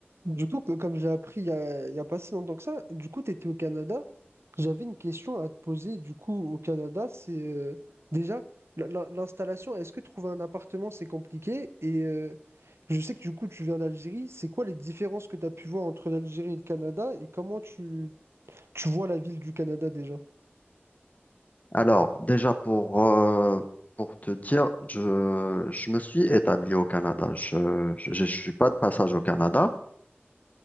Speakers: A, on the right (about 85°); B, on the left (about 40°).
A: Du coup, que- comme j'ai appris il y a, il y a pas si longtemps que ça, du coup, tu étais au Canada. J'avais une question à te poser. Du coup, au Canada, c'est euh, déjà l'in- l'in- l'installation. Est-ce que trouver un appartement, c'est compliqué? Et euh, je sais que du coup, tu viens d'Algérie. C'est quoi les différences que tu as pu voir entre l'Algérie et le Canada? Et comment tu, tu vois la ville du Canada déjà?
B: Alors, déjà pour, euh, pour te dire, je, je me suis établi au Canada. Je je ne suis pas de passage au Canada.